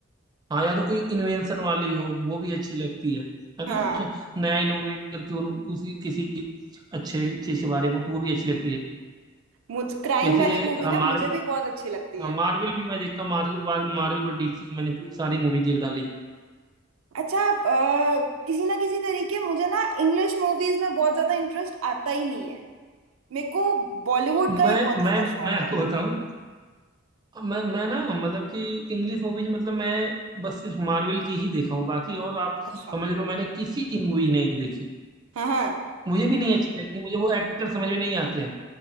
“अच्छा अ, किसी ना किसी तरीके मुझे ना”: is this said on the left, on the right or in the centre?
Right